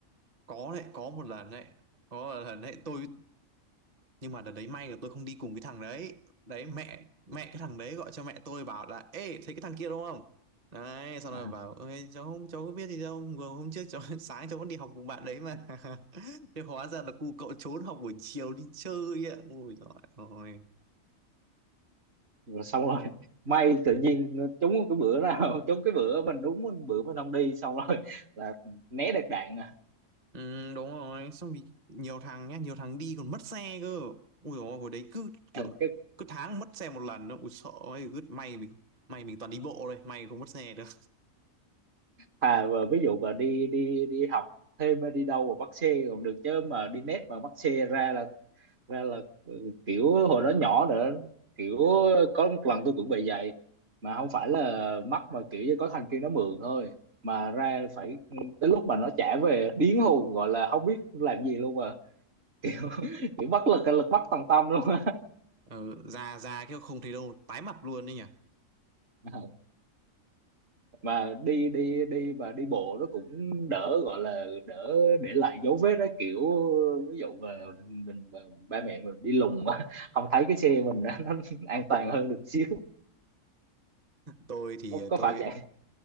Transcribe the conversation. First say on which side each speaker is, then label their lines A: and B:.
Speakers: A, on the right; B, on the right.
A: Có đấy, có một lần đấy, có một lần đấy tôi nhưng mà đợt đấy may là tôi không đi cùng cái thằng đấy đấy mẹ mẹ cái thằng đấy gọi cho mẹ tôi bảo là ê thấy cái thằng kia đúng không đấy xong
B: à,
A: rồi bảo ơi cháu không cháu có biết gì đâu vừa hôm trước cháu <laughs> sáng cháu vẫn đi học cùng bạn đấy mà <laughs> thế hóa ra là cu cậu trốn học buổi chiều đi chơi ạ ôi giời ơi
B: rồi xong rồi <laughs> may tự nhiên trúng cái bữa nào <laughs> trúng cái bữa mình đúng bữa mình không đi xong rồi là né được đạn à.
A: ừ, đúng rồi xong thì nhiều thằng nhá nhiều thằng đi còn mất xe cơ ui dồi ôi hồi đấy cứ
B: Ờ,
A: kiểu
B: cái
A: cứ tháng mất xe một lần nữa ui sợ ơi cứ may mình may mình toàn đi bộ thôi may không mất xe được
B: thà mà ví dụ mà đi đi đi học thêm hay đi đâu mà bắt xe còn được chứ mà đi net mà bắt xe ra là ra là ừ, kiểu hồi đó nhỏ nữa kiểu có một lần tôi cũng bị vậy mà không phải là mắc mà kiểu như có thằng kia nó mượn thôi mà ra phải tới lúc mà nó trả về điên hù gọi là không biết làm gì luôn mà <laughs> kiểu bất lực lực bất tòng tâm luôn á
A: Ờ, ra ra cái không thấy đâu tái mặt luôn đấy nhỉ
B: <laughs> mà đi đi đi mà đi bộ nó cũng đỡ gọi là đỡ để lại dấu vết đó kiểu ví dụ mà mình mà ba mẹ mình đi lùng <laughs> không thấy cái xe mình á, nó <laughs> an toàn hơn được xíu
A: tôi thì
B: có có
A: tôi
B: phải vậy